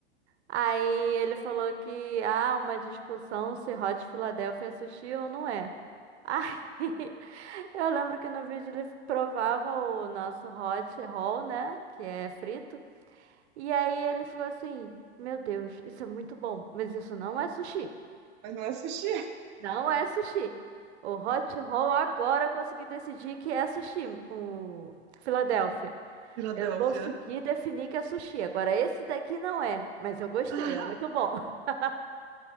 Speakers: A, on the right; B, on the right.
A: Aí ele falou que há uma discussão se Hot Philadelphia é sushi ou não é. Ai, <laughs> eu lembro que no vídeo ele provava o nosso hot roll, né? Que é frito. E aí ele falou assim: Meu Deus, isso é muito bom, mas isso não é sushi.
B: Mas não é sushi.
A: Não é sushi. O hot roll agora eu consegui decidir que é sushi, o Filadélfia.
B: Filadélfia.
A: Eu consegui definir que é sushi. Agora esse daqui não é, mas eu gostei,
B: <laughs>
A: é muito bom. <laughs>